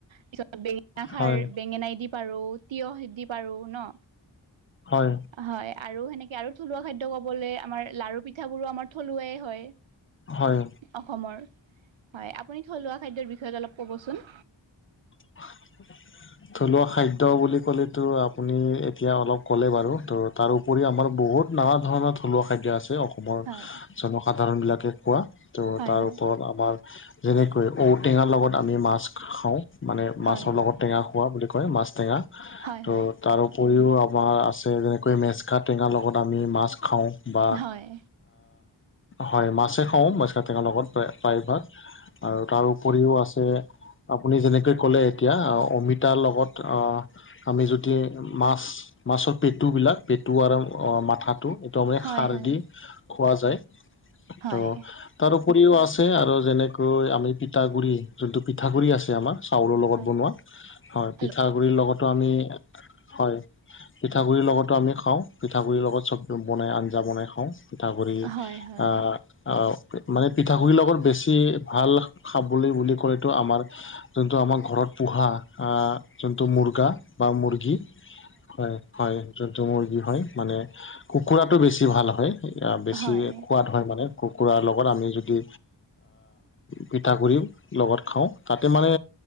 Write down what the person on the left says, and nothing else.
হয়
হয়
হয়
<unintelligible> থলুৱা খাদ্য বুলি ক'লেতো আপুনি এতিয়া অলপ ক'লে বাৰু ত' তাৰ উপৰি আমাৰ বহুত নানা ধৰণৰ থলুৱা খাদ্য আছে অসমৰ
জনসাধাৰণবিলাকে কোৱা ত'
তাৰ
ওপৰত আমাৰ যেনেকৈ ঔটেঙাৰ লগত আমি মাছ খাওঁ মানে
মাছৰ লগত টেঙা খোৱা বুলি কয় মাছ টেঙা
ত'
তাৰো উপৰিও আমাৰ আছে যেনেকৈ মেচকা টেঙাৰ লগত আমি মাছ খাওঁ বা
হয় মাছেই খাওঁ মেছকাটেঙাৰ লগত প্ৰায় ভাগ তাৰউপৰিও আছে আপুনি ক'লে এতিয়া অমিতাৰ লগত আমি যদি মাছ মাছৰ পেটুবিলাক পেটু আৰু মাথাটো একদমেই
খাৰ
দি খোৱা যায়।
তো তাৰ উপৰিও আছে আৰু যেনেকৈ আমি পিঠাগুৰি যোনটো পিঠাগুৰি আছে আমাৰ চাউলৰ লগত
বনোৱা হয়
পিঠাগুৰিৰ লগতো আমি হয় পিঠাগুড়িৰ লগতো আমি খাওঁ পিঠাগুড়িৰ লগত চব বনাই আঞ্জা বনাই খাওঁ পিঠাগুড়ি
অ আহ মানে পিঠাগুৰি লগত বেছি ভাল খাবলৈ বুলি কলেটো আমাৰ যোনটো আমাৰ ঘৰত পোহা যোনটো মুৰ্গা বা মুৰ্গী হয় হয় যোনটো মুৰ্গী হয় মানে কুকুৰাটো বেছি ভাল হয় বেছি
সোৱাদ হয় মানে কুকুৰাৰ লগত আমি যদি পিঠাগুড়ি লগত খাওঁ তাতে মানে